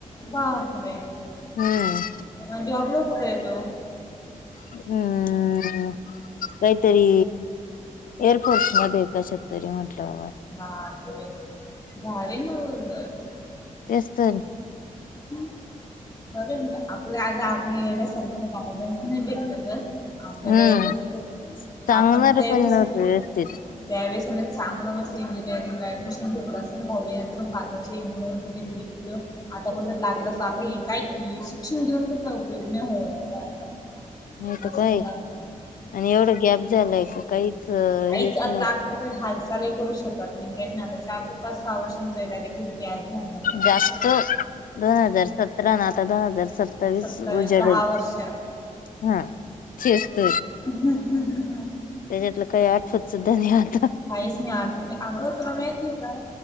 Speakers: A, on the left; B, on the left.
A: बाकरे
B: हम्म
A: म्हणजे अगला कुठे येतो
B: हम्म काहीतरी एअरफोर्स म कशात तरी म्हटलं बा
A: बापरे भारी न बोलणारात
B: तेचत
A: बरो म्हणजे आपलं आज आपण वड्यासारख्याना गायडन्स नाही भेटलं तर आपल्याला
B: हम्म
A: व्यवस्थित
B: सांगणार
A: आपण त्यावेच
B: पण नव्हत
A: ना
B: व्यवस्थित
A: त्या ववेषीने चांगलं म इंजिनिअरिंग ऍडमिशन घेतलं असत ना दहावी नंतर पाच वर्षची इंजिनिरिंग डिग्री अ कड जर लागेल अस आता हे काय के शिक्षण घेऊन पण काय उपयोग नाही हो आता
B: नाही तर
A: असं
B: काय
A: झालं.
B: आणि एवढं गॅब झालाय का काहीच हेच
A: काहीच आता
B: नाही
A: आता काही हालही करू शकत नाही काहीच नाही आता चार ते पाच सहा वर्षांचा डायरेक् गॅज झालं नाही
B: जास्त
A: क आहे
B: दोन हजार सतरा न आता दोन हजार सत तवीच
A: सत्तावीस
B: उजाडेल
A: दहा वर्ष
B: हा तेस्त
A: हम् हम ह हम
B: त्याच्यातलं काही आठवत सुद्धा नाही आता
A: काहीच नाही आठवते अगं तुला माहितीय का